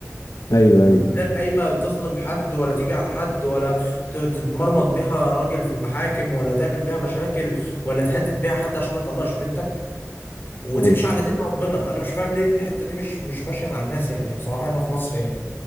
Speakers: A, on the left (about 75°); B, on the left (about 40°).
A: ايوه
B: ومن
A: ايوه
B: غير اي ما تظلم حد ولا تيجي على حد ولا ت- تتمرمط بيها راجل في المحاكم ولا تعمل بيها مشاكل ولا تهدد بيها حد عشان ما يطلقش بنتك وتمشي
A: ايوه
B: على دين ربنا انا مش فاهم ليه الحتة دي مش مش ماشية مع الناس يعني بصراحة هنا في مصر يعني